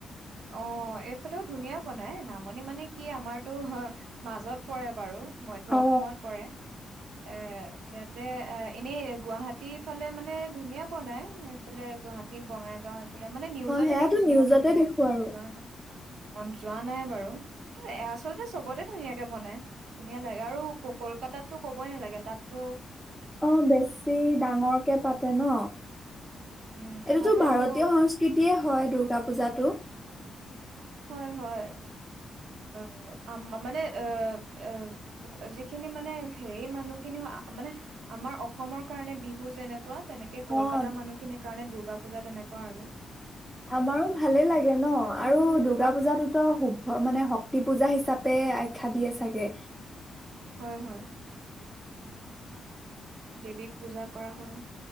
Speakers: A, on the right (about 75°); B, in the centre.
A: অ' এইফালেও ধুনীয়া বনাই নামনি মানে কি আমাৰতো মাজত পৰে বাৰু। মধ্য
B: অ
A: অসমত পৰে। এ, ইয়াতে অ', এনেই গুৱাহাটী ফালে মানে ধুনীয়া বনাই এফালে গুৱাহাটী, বঙাইগাওঁ <unintelligible> মানে নিউজতহে
B: অ সেয়াতো
A: দেখিছোঁ
B: নিউজতে
A: মইতো
B: দেখো আৰু
A: যোৱা নাই। অ', যোৱা নাই বাৰু এ, আচলতে চবতে ধুনীয়াকে বনাই, ধুনীয়া লাগে আৰু কল-কলকাতাতো ক'বই নালাগে তাতটো
B: অ', বেছি ডাঙৰকে পা তে, ন?
A: উম তাহাঁতৰতো
B: এইটোতো ভাৰতীয় সংস্কৃতিয়ে হয়, দুৰ্গা পূজাটো
A: হয়, হয়, অ', আ-মানে অ', অ', যিখিনি মানে হেৰি মানুহখিনি মানে আমাৰ অসমৰ কাৰণে বিহু যেনেকুৱা তেনেকে কলকাতা
B: অ
A: মানুহখিনিৰ কাৰনে দু দুৰ্গা পূজা তেনেকুৱা আৰু
B: আমাৰো ভালে লাগে ন' আৰু দুৰ্গা পূজাতটোতো শুভ মানে, শক্তি পূজা হিচাপে আখ্যা দিয়ে চাগে।
A: হয়, হয়। দেৱীক পূজা কৰা হয়।